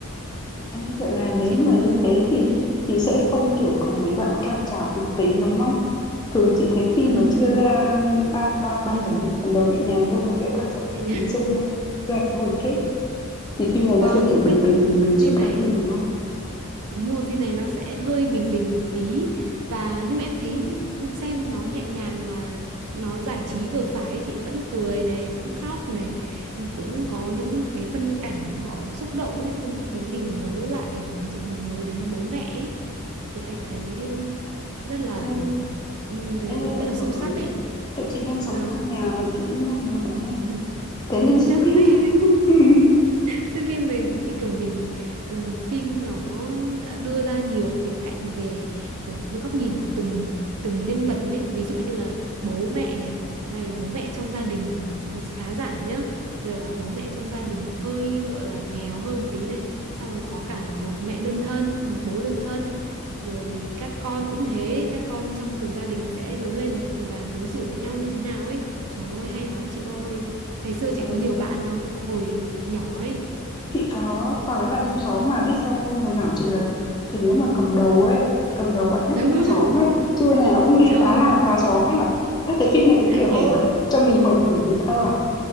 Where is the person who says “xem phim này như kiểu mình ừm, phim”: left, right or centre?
Right